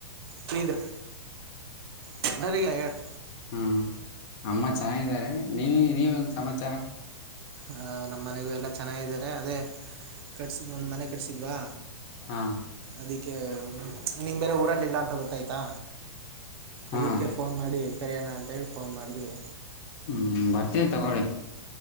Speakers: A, on the right (about 55°); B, on the left (about 35°).
A: ಕಿದ್ರಾ. <unintelligible>
B: ಹಾಂ ಅಮ್ಮ ಚೆನ್ನಾಗಿದ್ದಾರೆ ನೀವು ನೀವುಂಗೆ ಸಮಾಚಾರ.
A: ಹ ನಮ್ಮ್ ಮನೆಗೂ ಎಲ್ಲ ಚೆನ್ನಾಗಾರೆ ಅದೇ. ಕಟ್ಸಿದ್ ಒಂದು ಮನೆ ಕಟ್ಸಿದ್ವಾ
B: ಹಾಂ
A: ಅದಕ್ಕೆ. ನೀನ್ ಬೇರೆ ಊರಲ್ಲಿ ಇಲ್ಲ ಅಂತ ಗೊತ್ತಾಯ್ತಾ.
B: ಹಾಂ
A: ಅದಕ್ಕೆ ಫೋನ್ ಮಾಡಿ ಕರಯೋಣ ಅಂತೇಳಿ ಫೋನ್ ಮಾಡಿದ್ವಿ
B: ಹ್ಞೂ ಬರ್ತೀವಿ ತಗೊಳ್ಳಿ